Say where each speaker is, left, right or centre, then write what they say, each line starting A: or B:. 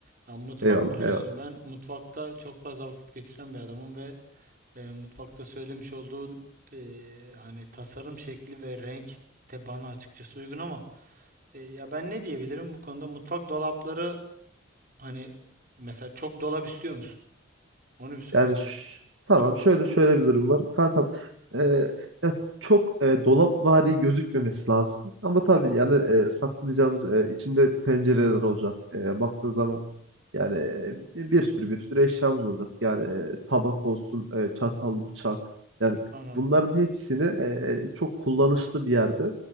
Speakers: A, on the right; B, on the right.
A: Ya mutfak
B: Eyvallah
A: biliyorsun
B: eyvallah.
A: ben mutfakta çok fazla vakit geçiren bir adamım ve e, mutfakta söylemiş olduğun e, hani tasarım şekli ve renk de bana açıkçası uygun ama e, ya ben ne diyebilirim bu konuda mutfak dolapları hani mesela çok dolap istiyor musun? Onu bir sorayım
B: Yani
A: sen.
B: ş- tamam
A: Çok do-
B: şöyle şöyle bir durum var. Kankam e, ya çok e, dolapvari gözükmemesi lazım. Ama tabii yani e, saklayacağımız e, içinde tencereler olacak. E, baktığın zaman yani e, bir, bir sürü bir sürü eşyamız olacak. Yani e, tabak olsun, e, çatal, bıçak. Yani
A: anladım.
B: bunların hepsini e, çok kullanışlı bir yerde